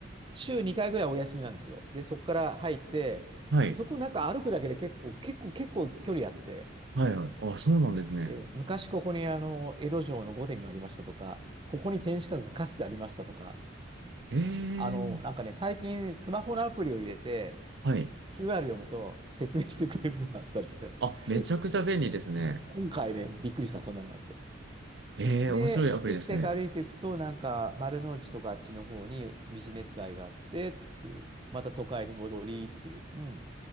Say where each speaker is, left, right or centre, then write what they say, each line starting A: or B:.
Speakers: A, on the right; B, on the right.
A: 週2回ぐらいお休みなんですけど、で、そこから入って、
B: はい、
A: で、そこなんか歩くだけで結構、結構、結構距離あって、
B: はい、はい。あ、そうなんですね。
A: で、昔ここにあの、江戸城の御殿がありましたとか、ここに天守閣がかつてありましたとか、
B: ええ、
A: あの、なんかね、最近スマホのアプリを入れて、
B: はい。
A: QR 読むと説明してくれるのがあったりして、
B: あ、めちゃくちゃ便利ですね。
A: <laughs> そう今回ね、びっくりした、そんなのがあって。
B: ええ、
A: で、
B: 面白いアプリですね。
A: テクテク歩いていくと、なんか丸の内とかあっちの方にビジネス街があってっていう、また都会に戻りっていう、うん。